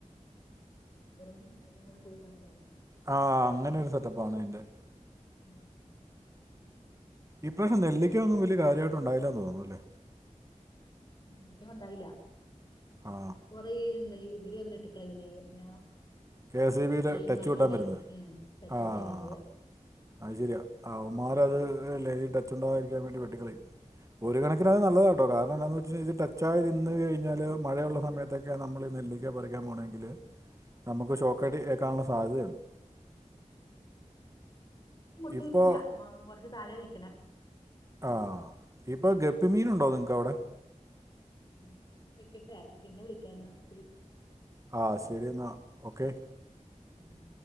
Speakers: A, on the left; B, on the right.
A: ഓറഞ്ചും നാരങ്ങയും കൂടെ കൂടി കലർന്നൊള്ളതാ.
B: ആ അങ്ങനെ ഒരു സെറ്റപ്പാണ് അയിന്റെ.
A: ഉം
B: ഈ പ്രാവശ്യം നെല്ലിക്കയൊന്നും
A: പിന്നെ മ
B: വെല്യാ കാര്യവായിട്ട്
A: മങ്കോൾസ്
B: ഒണ്ടായില്ലാന്ന് തോന്നുന്നുവല്ലേ.
A: നെല്ലിക്ക ഒണ്ടായില്ല.
B: ആ
A: കൊറെ ഇവര് വന്ന് വെട്ടി കളഞ്ഞെന്നേ. എന്നാ
B: കെ എസ് ഇ ബിയിൽ
A: ലൈൻമാൻമാരെ
B: ടച്ച് കിട്ടാൻ വരുന്നത്
A: ഉം ടച്ച്
B: ആഹ്
A: വെട്ടാൻ വെരുന്നത്.
B: അത് ശരിയാ. അവമാരത് ലൈനിൽ ടച്ച് ഉണ്ടാവാതിരിക്കാൻ വേണ്ടി വെട്ടിക്കളയും. ഒരു
A: ഉം
B: കണക്കിനത് നല്ലതാട്ടോ. കാരണം എന്നാന്ന് വെച്ച് കഴിഞ്ഞാ ഈ ടച്ച് ച്ചായി നിന്ന് കഴിഞ്ഞാല്, മഴയൊള്ള സമയത്തൊക്കെയാ നമ്മള് ഈ നെല്ലിക്ക പറിക്കാൻ പോണെങ്കില് നമ്മെക്ക്
A: ഉം
B: ഷോക്കടിയേക്കാനൊളള സാധ്യതയുണ്ട്.
A: മുട്ടിയിപ്പില്ല.
B: ഇപ്പോൾ
A: മ് കൊറെച്ച് താഴെയാ നിക്കണെ.
B: ആഹ് ഇപ്പൊ ഗപ്പിമീനൊണ്ടോ
A: എന്നാ വെച്ച്
B: നിങ്ങെക്ക് അവെടെ?
A: ഉം വെക്കെട്ടെ. പിന്നെ വിളിക്കാന്ന് ഇത്തിരി.
B: ആഹ് ശെരി എന്നാ ഓക്കെ.
A: ഉം